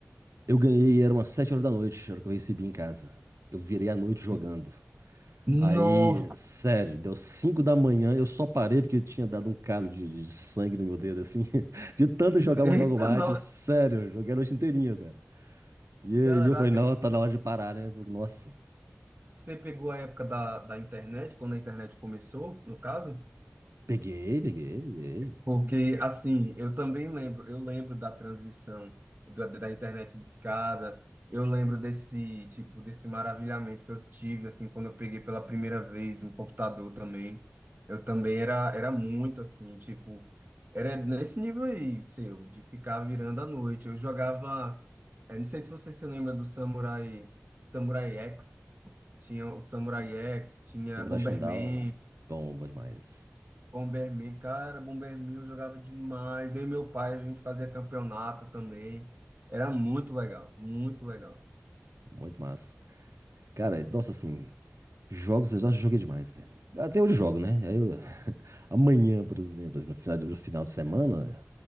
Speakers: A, on the right; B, on the right.
A: Eu ganhei, era umas 7 horas da noite, era o que eu recebi em casa. Eu virei à noite jogando.
B: Sim. Nó!
A: Aí, sério, deu 5 da manhã, eu só parei porque eu tinha dado um calo de, de sangue no meu dedo, assim, <laughs> de tanto jogar Mortal
B: Eita,
A: Kombat,
B: nó!
A: sério, eu joguei a noite inteirinha, cara. E aí
B: Caraca.
A: eu falei, não, tá na hora de parar, né? Porque, Nossa,
B: Você pegou a época da, da internet, quando a internet começou, no caso?
A: Peguei, peguei, peguei.
B: Porque, assim, eu também lembro, eu lembro da transição da, da internet de escada, eu lembro desse, tipo, desse maravilhamento que eu tive, assim, quando eu peguei pela primeira vez um computador também. Eu também era, era muito, assim, tipo, era nesse nível aí, seu, de ficar virando à noite. Eu jogava, eh, não sei se você se lembra do Samurai, Samurai X, tinha o Samurai X, tinha
A: Samurai
B: Bomberman,
A: Shodown, bom, bom demais.
B: Bomberman, cara, Bomberman eu jogava demais. Eu e meu pai, a gente fazia campeonato também. Era muito legal, muito legal.
A: Muito massa. Cara, nossa, assim, jogos eu já joguei demais, velho. Até hoje eu jogo, né? Aí eu- <laughs> amanhã, por exemplo, assim, no final, no final de semana,